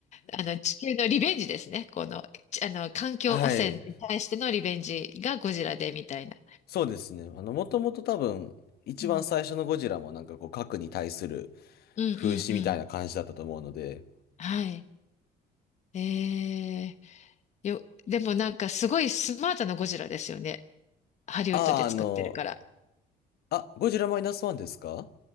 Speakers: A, on the left; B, on the left.
A: あの、地球のリベンジですね。この、ちあの、環境汚染に対してのリベンジがゴジラでみたいな。
B: はい。そうですね。あの、もともと多分、一番最初のゴジラもなんかこう、
A: うん
B: 核に対する
A: うんうんうん。
B: 風刺みたいな感じだったと思うので、
A: はい。えー、よ、でもなんかすごいスマートなゴジラですよね。ハリウッドで作ってるから。
B: ああ、あの、あ、ゴジラマイナスワンですか